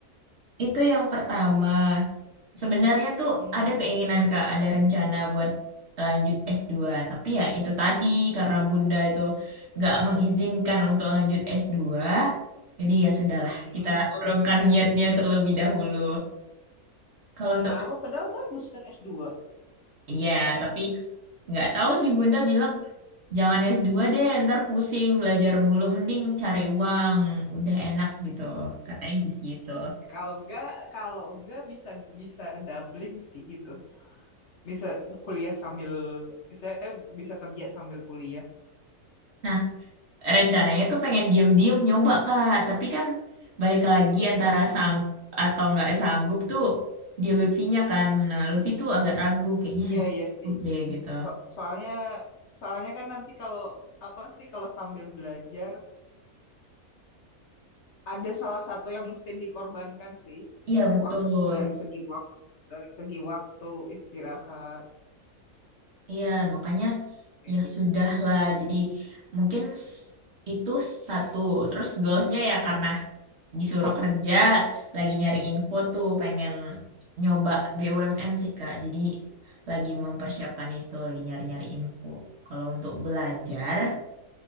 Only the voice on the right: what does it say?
Itu yang pertama. Sebenarnya tuh
ada keinginan Kak, ada rencana buat lanjut s dua Tapi ya itu tadi karena Bunda itu nggak mengizinkan untuk lanjut s dua Jadi ya sudahlah,
kita urungkan niatnya terlebih dahulu. Kalau
untuk
ya, tapi nggak tahu sih Bunda bilang jangan s dua deh, ntar pusing belajar mulu, mending cari uang, udah enak gitu. Katanya gitu.
Nah, rencananya tuh pengen diem-diem nyoba Kak, tapi kan balik lagi antara
sang atau nggak sanggup tuh di Lutfinya kan. Nah, Lutfi tuh agak ragu kayaknya
nggak
sanggup
deh gitu.
Iya betul.
Iya, makanya
ya
sudah lah. Jadi mungkin s- itu satu. Terus goalsnya ya karena disuruh kerja, lagi nyari info tuh, pengen nyoba BUMN sih Kak. Jadi lagi mempersiapkan itu, lagi nyari-nyari info. Kalau untuk belajar,